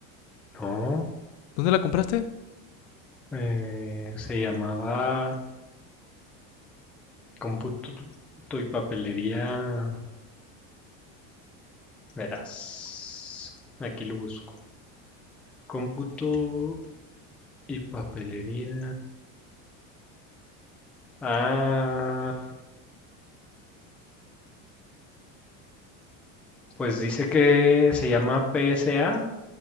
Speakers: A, in the centre; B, on the left (about 60°).
A: No.
B: ¿Dónde la compraste?
A: eh, se llamaba Cómputo y Papelería. Verás. Aquí lo busco. Cómputo y papelería. Ah, pues dice que se llama PSA.